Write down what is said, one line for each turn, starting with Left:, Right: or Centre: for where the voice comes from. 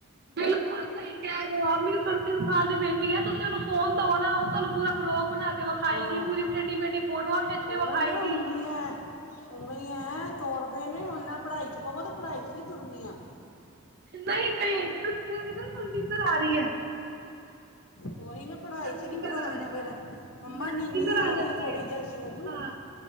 Right: ਬਿਲਕੁਲ। ਸਹੀ ਕਹਿ ਰਹੇ ਹੋ, ਮੇਰੀ ਸਿਰਫ ਸਾਡੇ ਤਿੰਨ ਸਾਲ ਦੀ ਬੇਟੀ ਹੈ, ਤੁਸੀਂ ਉਹਨੂੰ ਫੋਨ ਦਓ ਨਾ ਉਹ ਤੁਹਾਨੂੰ ਪੂਰਾ ਬਲੋਗ ਬਣਾ ਵਿਖਾਏਗੀ
Left: ਹਾਂ
Right: ਪੂਰੀ ਟੇਡੀ-ਮੇਡੀ ਫੋਟੋਆਂ ਖਿੱਚ ਕੇ
Left: ਉਹੀ
Right: ਵਿਖਾਏਗੀ।
Left: ਨਾ ਉਂਗਲੀਆਂ ਉਂਗਲੀਆਂ ਐਂ ਤੋਰਦੇ ਨੇ ਉਹਨਾ ਪੜ੍ਹਾਈ ਚ ਕਹੋ ਤੇ ਪੜ੍ਹਾਈ ਚ ਨਹੀਂ ਤੁਰਨਿਆ।
Right: ਨਈ ਨਈ <unintelligible> ਇਧਰ ਆ ਰਹੀ ਐ।
Left: ਓਹੀ ਨਾ, ਪੜ੍ਹਾਈ
Right: ਹਾਂ, ਨੀਂਦਰ
Left: ਚ ਨੀ ਪਤਾ ਲੱਗਣਾ
Right: ਆ ਰਹੀ
Left: ਫੇਰ,
Right: ਹੈ
Left: ਮੰਮਾ
Right: ਨਾ
Left: ਨੀਨੀ
Right: ਨੀਂਦਰ
Left: ਆ
Right: ਜਾਂਦੀ
Left: ਰੀ ਐ ਥੋੜ੍ਹੀ
Right: ਹੈ
Left: ਦੇਰ ਸੋਜੂ
Right: ਹਾਂ